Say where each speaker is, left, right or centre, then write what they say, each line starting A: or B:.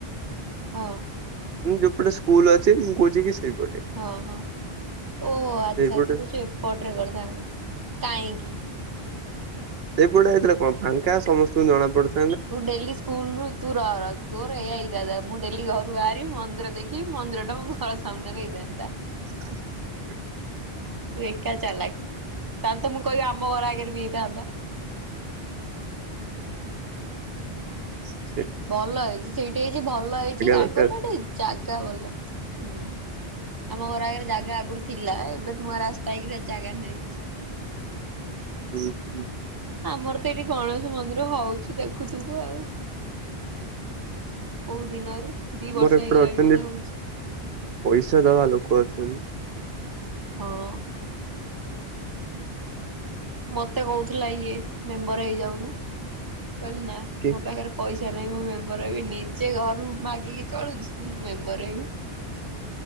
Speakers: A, on the right; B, on the right.
A: ହଁ
B: ମୁଁ ଯୋଉପଟେ ସ୍କୁଲ ଅଛି ମୁଁ କହୁଛି କି ସେଇପଟେ
A: ହଁ ହଁ ଓୋ ଆଚ୍ଛା
B: ସେଇପଟେ
A: ତୁ କହୁଛୁ ଏପଟ ରେ କରିଥାୁ କାହିଁକି
B: ଏପଟା ଏତଥିଲା କଣ ଫାଙ୍କା ସମସ୍ତଙ୍କୁ ଜଣା ପଡୁଛି
A: ତୁ ଡେଲି ସ୍କୁଲରୁ ତୁ ରହହାର ତୋର ଏଇଆ ଇରାା ମୁଁ ଡେଲି ଘରୁ ବାହାରି ମନ୍ଦିର ଦେଖି ମନ୍ଦିର ଟା ମୋ ଘର ସାମ୍ନାରେ ହେଇଥାନ୍ତା
B: ହ
A: ଏକା ଚାଲାକ ତାହେଲେ ତ ମୁଁ କହିବି ଆମ ଘର ଆଗରେ ବି ହେଇଥାନ୍ତା
B: ସେ
A: ଭଲ ହେଇଛି ସେଇଠି ହେଇଛି ଭଲ ହେଇଛି ଗାଁଙ୍ଗଳି
B: ଦରକାର
A: ଗଟେ ଜାଗା ଭଲ ହୁଁ ଆମ ଘର ଆଗରେ ଜାଗା ଆଗରୁ ଥିଲା ଏବେ ନୂଆ ରାସ୍ତା ହେଇକି ଜାଗା ନାହିଁଛି
B: ହୁଁ ହୁଁ
A: ଆମର ତ ଏଇଠି ଗଣେଶ ମନ୍ଦିର ହଉଛି ଦେଖୁଥିବୁ ଆଉ। କୋଉ ଦିନରୁ। ଦି
B: ଆମର
A: ବର୍ଷ ହେଇଗଲାଣି
B: ଏପଟେ ଅଛନ୍ତି
A: ବୋଧେ ହଉଛି
B: ପଇସା ଦବା ଲୋକ ଅଛନ୍ତି।
A: ହଁ। ମତେ କହୁଥିଲା ଇଏ ମେମ୍ବର ହେଇଯାଉନୁ ମୁଁ କହିଲି ନା
B: କି
A: ମୋ ପାଖରେ ପଇସା ନାଇଁ ମୁଁ ମେମ୍ବର ହେବି ନିଜେ ଘରୁ ମାଗିକି ଚଳୁଛି ମୁଁ ମେମ୍ବର ହେବି।